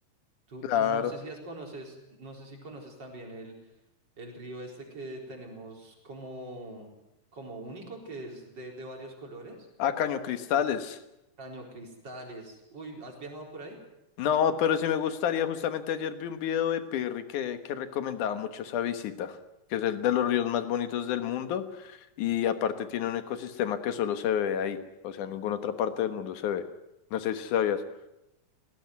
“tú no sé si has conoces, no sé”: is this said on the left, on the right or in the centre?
Right